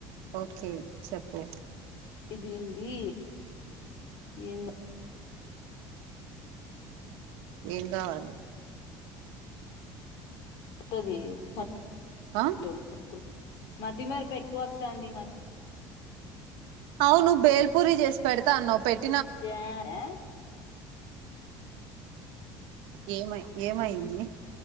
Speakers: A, on the right (about 75°); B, on the left (about 60°).
A: ఓకే చెప్పు
B: ఇదేంది ఏన్
A: ఏం గావాలి.
B: పుత్తది సన్
A: ఆ
B: తోమ్ <unintelligible> వకుల్ మతి మరపు ఎక్కువ వస్తాంది ఈ మధ్య
A: అవు నువ్వు బేల్పూరి చేసి పెడతా అన్నావ్ పెట్
B: ద్యా యా
A: ఏమై ఏమైంది.